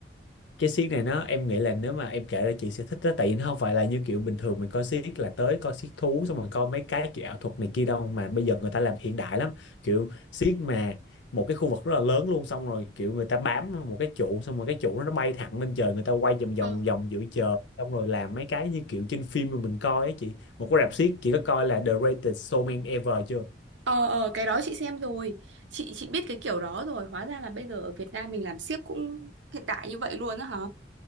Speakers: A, on the left; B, on the right.
A: cái xiếc này nó em nghĩ là nếu mà em kể ra chị sẽ thích đó tại vì nó không phải là như kiểu bình thường mình coi xiếc là tới coi xiếc thú xong rồi coi mấy cái kiểu ảo thuật này kia đâu mà bây giờ người ta làm hiện đại lắm kiểu xiếc mà một cái khu vực rất là lớn luôn xong rồi kiểu người ta bám vào một cái trụ xong rồi cái trụ đó nó bay thẳng lên trời người ta quay vòng vòng
B: Ờ.
A: vòng giữa trời xong rồi làm mấy cái như kiểu trên phim mà mình coi á chị một cái rạp xiếc chị có coi là The Greatest Showman Ever chưa
B: ờ ờ cái đó chị xem rồi chị chị biết cái kiểu đó rồi hóa ra là bây giờ ở Việt Nam mình làm xiếc cũng hiện đại như vậy luôn á hả